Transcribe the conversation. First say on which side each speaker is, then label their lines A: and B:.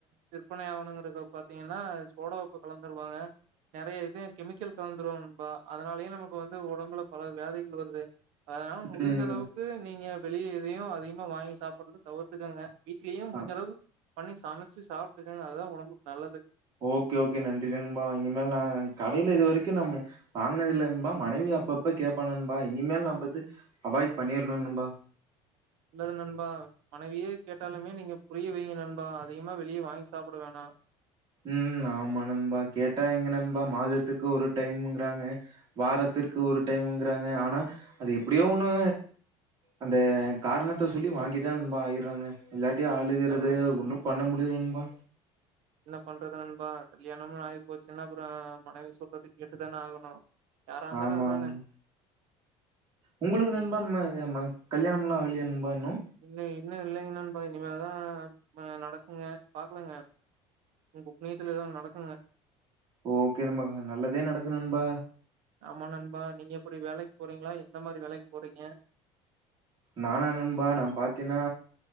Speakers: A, on the right; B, on the right.
A: விற்பனை ஆவணுங்கிறாக பாத்தீங்கன்னா சோடா உப்பு கலந்துருவாங்க நறைய இது கெமிக்கல் கலந்துருவாங் நண்பா அதனாலயே நமக்கு வந்து உடம்புல பல வியாதிகள் வருது அதனால முடிஞ்ச
B: ம்
A: அளவுக்கு நீங்க வெளியே எதையு அதிகமா வாங்கி சாப்பிற்ரத தவிர்த்துக்கங்க வீட்லயும் முடிஞ்ச
B: அ
A: அளவு பண்ணி சமைச்சு சாப்ட்டுக்கங்க அதுதா உடம்புக் நல்லது
B: ஓகே ஓகே நன்றி நண்பா இனிமேல் நா கடையில இது வரைக்கு நம் வாங்கனதில்ல நண்பா மனைவி அப்பப்ப கேப்பா நண்பா இனிமேல் நா பது அவாய்ட் பண்ணிர்ணு நண்பா
A: நல்லது நண்பா மனைவியே கேட்டாலுமே நீங்க புரிய வைங்க நண்பா அதிகமா வெளியே வாங்கி சாப்புட வேணா
B: ம் ஆமா நண்பா கேட்டா எங்க நண்பா மாதத்துக்கு ஒரு டைம்முங்கிறாங்க வாரத்திற்கு ஒரு டைம்ங்கிறாங்க ஆனா அது எப்டியோ ஒண்ணு அந்த காரணத்த சொல்லி வாங்கிதா நண்பா ஆயிற்றாங்க இல்லாட்டியு அழுகுறது
A: என்ன
B: ஒன்னு பண்ண முடியது நண்பா
A: என்ன பண்றது நண்பா கல்யாணம்னு ஆயிப் போச்சினா அப்புறோ மனைவி சொல்றத கேட்டு தான ஆகணு யாரா இருந்தாலு
B: ஆமா
A: அதுதானே
B: ஆமா உங்களுக்கு நண்பா
A: ம்
B: கல்யணம்லா ஆகலியா நண்பா இன்னு
A: இன்னே இன்னு இல்லைங்க நண்பா இனிமேதா நடக்குங்க பாக்கலாங்க உங்க புன்னியத்துல எதாவது நடக்குங்க
B: ஓகே நண்பா நல்லதே நடக்கு நண்பா
A: ஆமா நண்பா நீங்க எப்டி வேலைக்கு போறீங்களா எந்த மாரி வேலைக்கு போறீங்க
B: நானா நண்பா நா பாத்தீன்னா